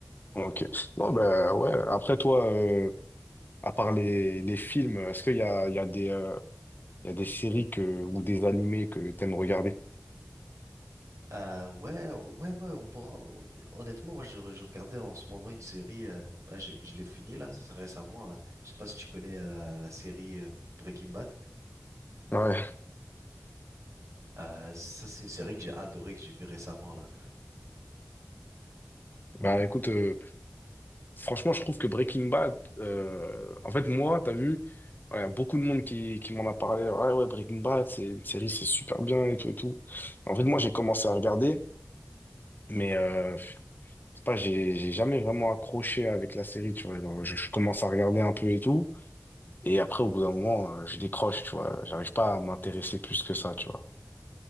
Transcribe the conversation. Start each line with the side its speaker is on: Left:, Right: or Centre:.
Left: Ok. Bon, bah, ouais. Après, toi, euh, à part les, les films, est-ce qu'il y a, il y a des, euh, Il y a des séries que, ou des animés que t'aimes regarder.
Right: Euh, ouais, ouais ouais, on pourra on- honnêtement moi je, re- je regardais en ce moment une série euh, bah, j'ai- je l'ai fini là, ça c'est récemment là. Je sais pas si tu connais euh, la, la série euh, Breaking Bad.
Left: Ouais.
Right: Euh, ça c'est une série que j'ai adorée que j'ai vue récemment là.
Left: Bah écoute, euh, franchement, je trouve que Breaking Bad, euh, en fait, moi, t'as vu, voilà, beaucoup de monde qui, qui m'en a parlé. Ouais, ouais, Breaking Bad, c'est une série, c'est super bien et tout et tout. En fait, moi, j'ai commencé à regarder, mais euh, je sais pas, j'ai j'ai jamais vraiment accroché avec la série, tu vois. Genre, je, je commence à regarder un peu et tout, et après, au bout d'un moment, euh, je décroche, tu vois. J'arrive pas à m'intéresser plus que ça, tu vois.